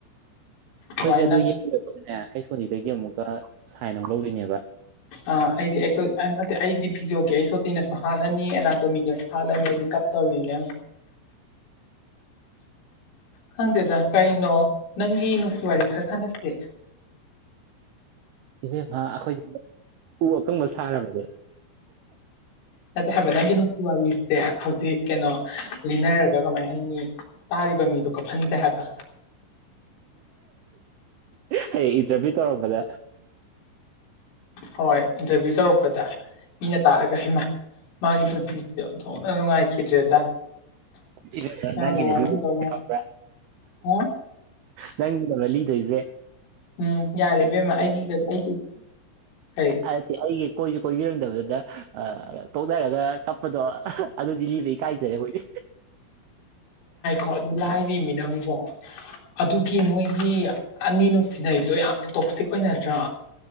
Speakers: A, on the left; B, on the right.
A: ꯑꯗꯨꯃꯥꯏꯅ
B: ꯑꯈꯣꯏꯁꯦ ꯑꯗꯨ ꯌꯦꯛꯄ ꯂꯣꯏꯕꯒꯅꯦ ꯍꯩꯁ ꯑꯣ ꯗꯤꯗꯒꯤ ꯑꯃꯨꯛꯀ ꯁꯥꯏꯟ ꯑꯃꯨꯛ ꯂꯧꯗꯣꯏꯅꯦꯕ
A: ꯑ ꯑꯩꯗꯤ ꯑꯩꯁ ꯑ ꯅꯠꯇꯦ ꯑꯩꯗꯤ ꯐꯤꯖꯣꯒꯤ ꯑꯩꯁꯣꯗꯤꯅꯁꯨ ꯍꯥꯜꯂꯅꯤ ꯑꯦꯅꯥꯇꯣꯃꯤꯒꯁꯨ ꯍꯥꯜꯂꯅꯤ ꯑꯩꯗꯤ ꯇꯧꯔꯤꯅꯦ ꯈꯪꯗꯦꯗ ꯀꯔꯤꯅꯣ ꯅꯪꯒꯤ ꯅꯨꯡꯁꯤ ꯋꯥꯔꯤ ꯈꯔ ꯁꯥꯅꯁꯦ
B: ꯏꯕꯦꯝꯃ ꯑꯈꯣꯏ ꯎ ꯑꯀꯪꯕ ꯁꯥꯔꯕꯅꯦ
A: ꯅꯠꯇꯦ ꯍꯥꯏꯕ ꯅꯪꯒꯤ ꯅꯨꯡꯁꯤ ꯋꯥꯔꯤꯁꯦ ꯍꯧꯖꯤꯛ ꯀꯩꯅꯣ ꯂꯤꯅꯔ ꯂꯤꯅꯔ ꯀꯃꯥꯏ ꯍꯥꯏꯅꯤ ꯇꯥꯔꯤꯕ ꯃꯤꯗꯣ ꯀꯐꯟꯁꯦ ꯍꯥꯏꯕ
B: ꯍꯌꯦꯡ ꯏꯟꯇꯔꯚꯤꯌꯨ ꯇꯧꯔꯛꯄꯗ
A: ꯍꯣꯏ ꯏꯟꯇꯔꯚꯤꯌꯨ ꯇꯧꯔꯛꯄꯗ ꯃꯤꯅ ꯇꯥꯔꯒ ꯍꯩꯃꯥ ꯃꯥꯒꯤ ꯄꯨꯟꯁꯤꯁꯦ ꯑꯣꯟꯊꯣꯛꯅ ꯅꯨꯡꯉꯥꯏꯈꯤꯗ꯭ꯔꯦꯗ
B: ꯏꯕꯦꯝꯃ
A: ꯌꯥꯝꯅ
B: ꯅꯪꯒꯤꯅꯦ
A: ꯋꯥꯔꯝꯗꯧ
B: ꯑꯗꯨꯁꯤꯡꯗꯨꯗꯤ
A: ꯃꯥꯜꯂꯦ
B: ꯈꯪꯕ꯭ꯔꯥ
A: ꯍꯥ
B: ꯅꯪꯒꯤꯗꯔꯕ ꯂꯤꯗꯣꯏꯁꯦ
A: ꯎꯝ ꯌꯥꯔꯦ ꯏꯕꯦꯝꯃ ꯑꯩꯒꯤ ꯑꯩꯒꯤ ꯀꯩ
B: ꯑꯗꯨꯗꯤ ꯑꯩꯒꯤ ꯀꯣꯏꯁꯨ ꯀꯣꯏꯕꯤꯔꯝꯗꯕꯗꯨꯅ ꯇꯣꯛꯅꯔꯒ ꯀꯥꯞꯄꯗꯣ ꯑꯗꯨꯗꯤꯂꯤꯕ ꯏꯀꯥꯏꯖꯩ ꯑꯈꯣꯏꯗꯤ
A: ꯍꯣ ꯑꯗꯨ ꯂꯥꯏꯔꯤꯃꯤ ꯅꯪꯕꯣ ꯑꯗꯨꯒꯤ ꯃꯣꯏꯒꯤ ꯑꯅꯤ ꯅꯨꯡꯁꯤꯅꯩꯗꯣ ꯌꯥꯝꯅ ꯇꯣꯛꯁꯤꯛ ꯑꯣꯏꯅꯗ꯭ꯔꯥ